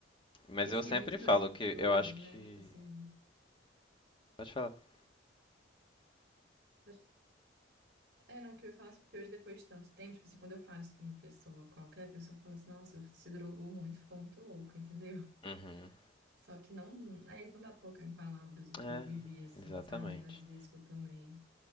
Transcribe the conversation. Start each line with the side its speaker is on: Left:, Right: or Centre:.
Left: Mas
Right: E assim,
Left: eu sempre
Right: é muito doido,
Left: falo
Right: porque
Left: que eu
Right: hoje,
Left: acho que...
Right: né, tipo assim.
Left: Pode falar.
Right: acho- É, não, o que eu ia falar assim, porque hoje, depois de tanto tempo, tipo assim, quando eu falo isso pra uma pessoa, qualquer pessoa fala assim, nossa, se drogou muito, ficou muito louca, entendeu? <laughs>
Left: Uhum.
Right: Só que não. É isso, não dá pra colocar em palavras o que
Left: É,
Right: eu vivi, assim,
Left: exatamente.
Right: sabe? Às vezes que eu tomei.